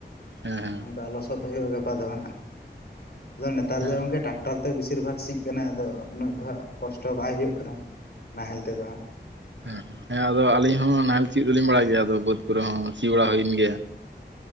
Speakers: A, on the right; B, on the left.
A: ᱦᱮᱸ ᱦᱮᱸ᱾
B: ᱚᱝᱠᱟ ᱞᱚᱥᱚᱫ ᱦᱩᱭᱩᱜᱼᱟ ᱜᱟᱯᱟ ᱫᱚ ᱦᱟᱸᱜ᱾ ᱟᱫᱚ ᱱᱮᱛᱟᱨ
A: ᱦᱮᱸ
B: ᱫᱚ ᱜᱚᱝᱠᱮ ᱴᱟᱠ ᱴᱟᱨ ᱛᱮ ᱵᱮᱥᱤᱨ ᱵᱷᱟᱜ ᱥᱤᱜ ᱠᱟᱱᱟ ᱟᱫᱚ ᱩᱱᱟᱹᱜ ᱫᱚ ᱦᱟᱸᱜ ᱠᱚᱥᱴᱚ ᱵᱟᱭ ᱦᱳᱭᱳᱜ ᱠᱟᱱᱟ ᱱᱟᱦᱮᱞ ᱛᱮᱫᱚ ᱦᱟᱸᱜ᱾
A: ᱦᱮᱸ ᱦᱮᱸ ᱟᱫᱚ ᱟᱹᱞᱤᱧ ᱦᱚᱸ ᱱᱟᱦᱮᱞ ᱥᱤᱭᱚᱜ ᱫᱚᱞᱤᱧ ᱵᱟᱲᱟᱭ ᱜᱮᱭᱟ, ᱟᱫᱚ ᱵᱟᱹᱫ ᱠᱚᱨᱮ ᱦᱚᱸ ᱥᱤ ᱵᱟᱲᱟ ᱦᱩᱭᱮᱱ ᱜᱮᱭᱟ᱾